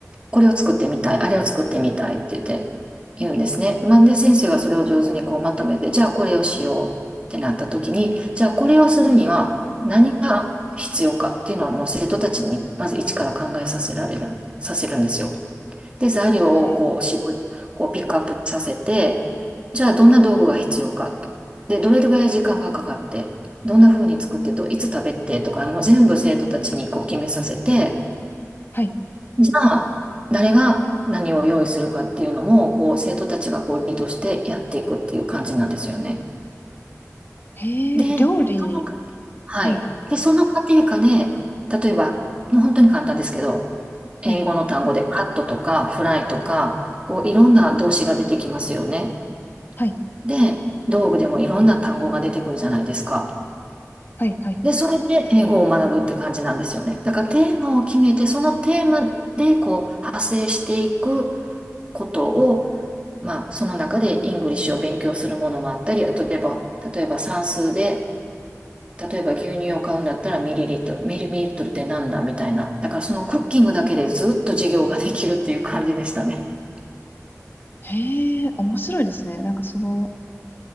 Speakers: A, on the right (about 20°); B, on the left (about 40°).
A: これを作ってみたい、あれを作ってみたいって言って、言うんですね。マンデ先生がそれを上手にこうまとめて、じゃあこれをしようってなった時に、じゃあこれをするには何が必要かっていうのをもう生徒たちにまず一から考えさせられる、させるんですよ。で、材料をこう絞り、
B: えー
A: こうピックアップさせて、じゃあどんな道具が必要か。で、どれぐらい時間がかかって、どんな風に作ってと、いつ食べてとか、もう全部生徒たちにこう決めさせて、
B: はい。
A: じゃあ、誰が何を用意するかっていうのも、こう、生徒たちがこう、リードしてやっていくっていう感じなんですよね。
B: へえ、
A: で、
B: 料理。
A: その過はい。
B: はい。
A: で、その過程下で、例えば、もう本当に簡単ですけど、
B: はい。
A: 英語の単語でカットとかフライとか、こう、いろんな動詞が出てきますよね。
B: はい。
A: で、道具でもいろんな単語が出てくるじゃないですか。
B: はい。はい。
A: で、それで英語を学ぶって感じなんですよね。だからテーマを決めて、そのテーマでこう、派生していくことを、まあ、その中でイングリッシュを勉強するものもあったり、あと例えば、例えば算数で、例えば牛乳を買うんだったらミリリットル、ミリミリットルってなんだみたいな。だからそのクッキングだけでずっと授業ができるっていう感じでしたね。
B: へえ、面白いですね。なんかその、